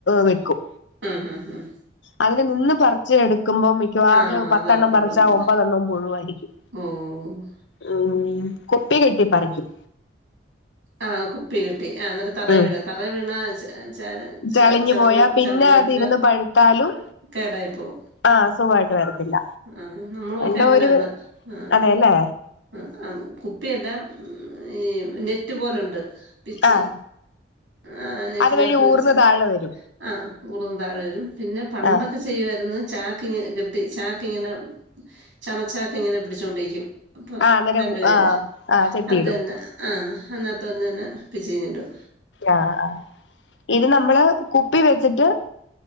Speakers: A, on the left; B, on the right.
A: വെക്കും.
B: ഉം ഹു ഹും.
A: അതില് നിന്ന് പറിച്ച് എടുക്കുമ്പോ മി ക്കവാറിലും
B: ആഹ്
A: പത്തെണ്ണം
B: അതാ പുഴുവാവുന്നെ
A: പറിച്ച ഒമ്പതെണ്ണവും പുഴുവായിരിക്കും.
B: ഓഹ്
A: ഉം കുപ്പി കെട്ടി പറിക്കും.
B: ആഹ് കുപ്പി കെട്ടി ആ ഇന്നെട്ട് തറേ
A: ഉം
B: വീഴാ തറേ വീണ ചെ ച ച
A: ചളിഞ്ഞു
B: ചവഞ്ഞു
A: പോയാ
B: ചവഞാ
A: അതിരുന്ന്
B: പിന്നെ
A: പഴുത്താലും
B: കേടായി പോവും.
A: ആഹ് സുഖായിട്ട് വരത്തില്ല.
B: ആ നമ്മളൊക്കെ
A: എന്തോ
B: അങ്ങനെയാണ്
A: ഒരു
B: ആഹ്.
A: അതെല്ലേ
B: ആ ഉം കുപ്പിയല്ലാ ഈ നെറ്റ് പോലുണ്ട് പിച്ച്
A: ആഹ്
B: ആഹ് നെറ്റിനാത്ത്
A: അതുവഴി ഊർന്ന്
B: വെച്ച്.
A: താഴെ വരും
B: ആ ഊർന്ന് താഴെ വരും പിന്നെ പണ്ടൊക്കെ
A: ആഹ്
B: ചെയ്യുവായിരുന്നു ചാക്കിങ്ങനെ കെട്ടി ചാക്ക്ങ്ങനെ ചമച്ചാക്ക്ങ്ങനെ പിടിച്ചോണ്ട് നിക്കും. അപ്പൊ
A: ആഹ് അന്നേരം
B: രണ്ടു പേര്
A: ആഹ് ആഹ് ചെത്തിയിടും
B: അത് തന്നെ. ആഹ് അതിനാത്തന്നെ അങ്ങ് പിച്ചീഞിടും
A: ആഹ് ഇത് നമ്മള് കുപ്പി വെച്ചിട്ട്